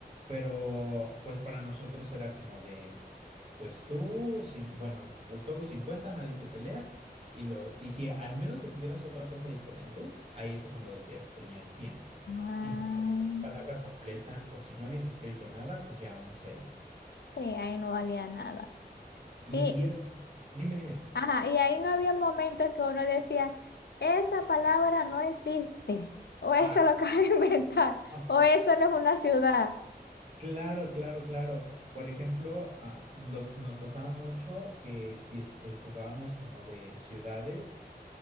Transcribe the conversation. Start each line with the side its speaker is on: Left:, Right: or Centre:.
Right: pero pues para nosotros era como de, pues tú, sin, bueno, to- todos 50, nadie se pelea. Y, lo, y si al menos que tuvieras otra cosa diferente, ahí es cuando decías tenías 100.
Left: Ah,
Right: Si no tenías palabra completa o si no habías escrito nada, pues ya un cero.
Left: sí, ahí no valía nada.
Right: Y,
Left: Y,
Right: y era- dime, dime.
Left: ajá, y ahí no había momentos que uno decía, esa palabra no existe, o eso
Right: Ah,
Left: lo <laughs> acabo de inventar,
Right: ah,
Left: o eso no es una ciudad.
Right: claro, claro, claro. Por ejemplo, ah, los- nos pasaba mucho que si es- eh, jugábamos como de ciudades,